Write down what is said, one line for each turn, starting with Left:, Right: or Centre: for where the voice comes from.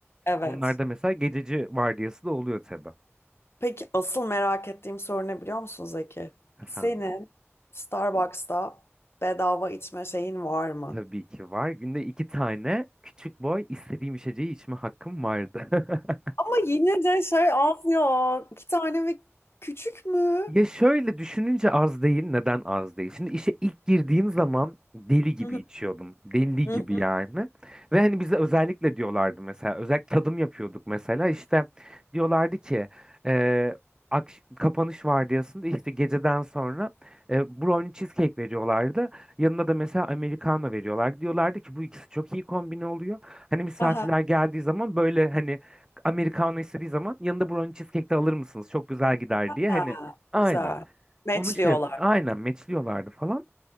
Left: evet.
Right: Onlar da mesela gececi vardiyası da oluyor tabii.
Left: Peki asıl merak ettiğim soru ne biliyor musun Zeki?
Right: Efendim.
Left: Senin Starbucks'ta bedava içme şeyin var mı?
Right: Tabii ki var. Günde iki tane küçük boy istediğim içeceği içme hakkım vardı. <laughs>
Left: Ama yine de şey az ya. İki tane mi? Küçük mü?
Right: Ya şöyle düşününce az değil. Neden az değil? Şimdi işe ilk girdiğim zaman deli gibi
Left: Hı hı,
Right: içiyordum. Deli
Left: hı
Right: gibi
Left: hı.
Right: yani. Ve hani bize özellikle diyorlardı mesela. Özellikle tadım yapıyorduk mesela. İşte diyorlardı ki eee, akş- kapanış vardiyasında işte geceden sonra e, brownie cheesecake veriyorlardı. Yanına da mesela Americano veriyorlardı. Diyorlardı ki bu ikisi çok iyi kombine oluyor. Hani misafirler
Left: Aha,
Right: geldiği zaman böyle hani Americano istediği zaman yanında brownie cheesecake de alır mısınız? Çok güzel gider diye.
Left: ha,
Right: Hani Aynen.
Left: güzel. Matchliyorlar.
Right: Onu şey, aynen meçliyorlardı falan.